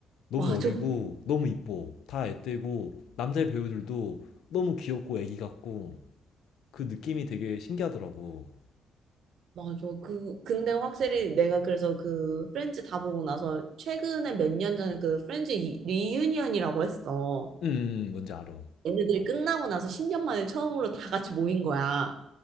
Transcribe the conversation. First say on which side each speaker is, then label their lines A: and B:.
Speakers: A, on the left; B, on the right.
A: 너무
B: 맞아.
A: 어리고 너무 이뻐 다 앳되고 남자 배우들도 너무 귀엽고 애기 같고 그 느낌이 되게 신기하더라고
B: 맞아. 그, 근데 확실히 내가 그래서 그 프렌즈 다 보고 나서 최근에 몇 년 전에 그 프렌즈 이- 리유니언이라고 했어.
A: 음, 음 음. 뭔지 알아
B: 얘네들이 끝나고 나서 10년 만에 처음으로 다 같이 모인 거야.